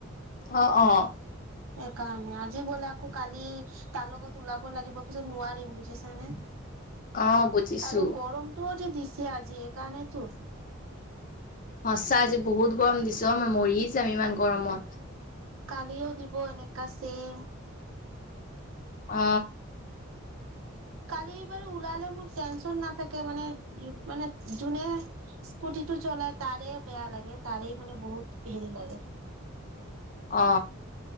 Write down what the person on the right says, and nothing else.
সেইকাৰণে আজি গলে আকৌ কালি তাৰ লগত ওলাব লাগিব পিছত নোৱাৰিম বুজিছানে-
আৰু গৰমটোও দিছে আজি এইকাৰণেটো।
কালিও দিব এনেকা চেম।
কালিবাৰু ওলালে মোৰ টেনচন নাথাকে মানে, মানে যোনে স্কুটি, টো চলাই তাৰে বেয়া লাগে তাৰে মানে বহুত হেৰি লাগে।